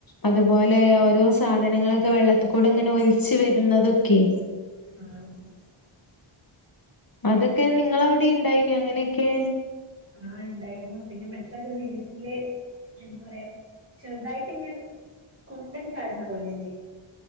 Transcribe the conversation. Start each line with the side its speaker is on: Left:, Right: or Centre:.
Left: അതുപോലെ ഓരോ സാധനങ്ങളൊക്കെ വെള്ളത്തി കൂടെ ഇങ്ങനെ ഒലിച്ചു വരുന്നതൊക്കെ
Right: <unintelligible>
Left: അതൊക്കെ നിങ്ങ അവിടെ ഇണ്ടായിന അങ്ങനെയൊക്കെ
Right: ആഹ് ഉണ്ടായിരുന്നു പിന്നെ ഇവിടുത്തെ ഒരു വീട്ടില് എന്താ പറയാ ചെറുതായിട്ട് ഇ കുണ്ടൻ ചാടുന്ന പോലെയല്ലേ